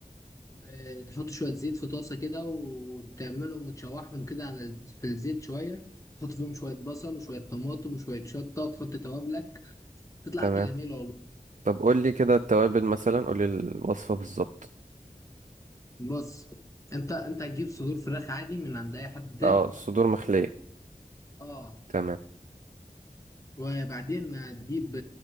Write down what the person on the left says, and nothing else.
آه، تحط شويه زيت في طاسه كده وتعملهم وتشوحهم كده على في الزيت شويه تحط فيهم شويه بصل وشويه طماطم وشويه شطه تحط توابلك تطلع
اكله جميله والله
بص انت انت هتجيب صدور فراخ عادي من عند اي حد
اه
وبعدين هتجيب